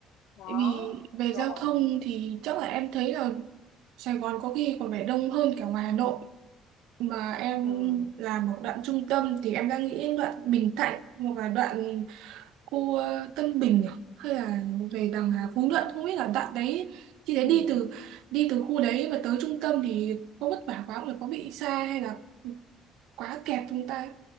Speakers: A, on the left (about 85°); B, on the right (about 80°).
A: Đó,
B: Tại Vì về
A: rồi
B: giao thông thì chắc là em thấy là Sài Gòn có khi còn phải đông hơn cả ngoài Hà Nội mà em
A: ừm,
B: làm một đoạn trung tâm thì em đang nghĩ đoạn Bình Thạnh hoặc là đoạn khu ờ, Tân Bình à? hay là về đằng
A: ừm,
B: là Phú Nhuận không biết là đoạn đấy thì đấy
A: ừm.
B: đi từ đi từ khu đấy mà tới trung tâm thì có vất vả quá không là có bị xa hay là quá kẹt chúng ta